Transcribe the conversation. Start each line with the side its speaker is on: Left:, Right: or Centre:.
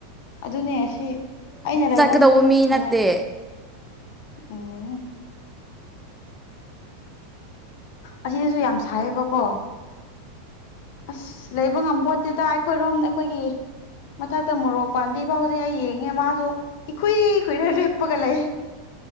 Left: ꯑꯗꯨꯅꯦ ꯑꯁꯤ ꯑꯩꯅ ꯂꯩꯕ
Centre: ꯆꯠꯀꯗꯧꯕ
Left: ꯃꯐꯝꯗꯨꯁꯨ
Centre: ꯃꯤ
Left: ꯁꯥꯏ
Centre: ꯅꯠꯇꯦ
Left: ꯑꯥ ꯑꯁꯤꯗꯁꯨ ꯌꯥꯝ ꯁꯥꯏꯌꯦꯕꯀꯣ ꯑ ꯂꯩꯕ ꯉꯝꯄꯣꯟꯗꯦꯗ ꯑꯩꯈꯣꯏꯔꯣꯝꯗ ꯑꯩꯈꯣꯏꯒꯤ ꯃꯊꯛꯇ ꯃꯣꯔꯣꯛ ꯄꯥꯝꯕꯤ ꯐꯥꯎꯖꯤꯛ ꯑꯩ ꯌꯦꯡꯉꯦ ꯃꯥꯁꯨ ꯏꯈꯨꯏ ꯈꯨꯏꯔꯞ ꯄꯒ ꯂꯩꯦ